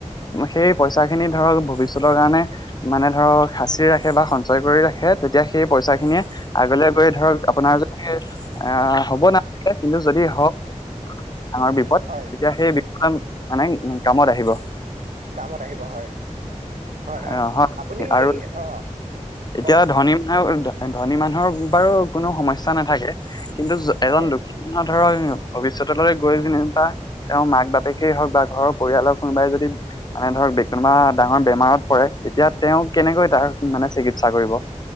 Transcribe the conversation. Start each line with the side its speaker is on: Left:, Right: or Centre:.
Left: সেই পইচা খিনি ধৰক ভৱিষ্যতৰ কাৰণে মানে ধৰক সাঁচি ৰাখে বা সঞ্চয় কৰি ৰাখে, তেতিয়া সেই পইচা খিনিয়ে আগলৈ গৈ ধৰক আপোনাৰ য আহ হ'ব নালাগে কিন্তু যদি হওক ডাঙৰ বিপদ
Right: হয়
Left: তেতিয়া সেই মানে কামত আহিব।
Right: কামত আহিব হয়। হয়
Left: অ', হয়
Right: আপুনি
Left: আৰু
Right: অ
Left: এতিয়া
Right: কওক
Left: ধনী মে ধনী মানুহৰ বাৰু কোনো সমস্যা নাথাকে কিন্তু এজন
Right: হয়
Left: দক্ষিণ মান। ধৰক ভৱিষ্যতলৈ গৈ যেনিবা তেওঁৰ মাক-বাপেকেই হওক বা ঘৰৰ পৰিয়ালৰ কোনোবাই যদি মানে ধৰক কোনোবা ডাঙৰ বেমাৰত পৰে তেতিয়া তেওঁ কেনেকৈ তাৰ কোনে চিকিৎসা কৰিব।